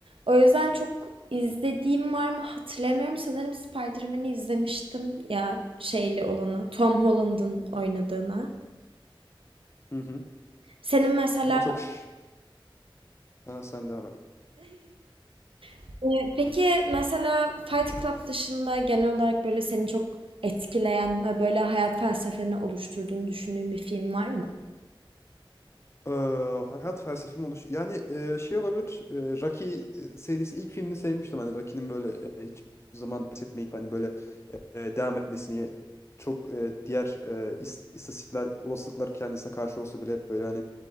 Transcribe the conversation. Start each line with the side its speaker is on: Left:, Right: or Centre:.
Right: O yüzden çok izlediğim var mı hatırlamıyorum. Sanırım Spider-Man'i izlemiştim ya şeyli olanı. Tom Holland'ın oynadığını.
Left: Hı hı.
Right: Senin mesela
Left: Ama çok... şş- Ha, sen devam et.
Right: <laughs> Peki mesela Fight Club dışında genel olarak böyle seni çok etkileyen ve böyle hayat felsefeni oluşturduğunu düşündüğün bir film var mı?
Left: Eee, hayat felsefem oluş. Yani eee, şey olabilir. eee, Rocky e, serisi ilk filmini sevmiştim. Hani Rocky'nin böyle e, hiçbir zaman pes etmeyip hani böyle e, devam etmesini çok e, diğer e, is- istatistikler, olasılıklar kendisine karşı olsa bile hep böyle hani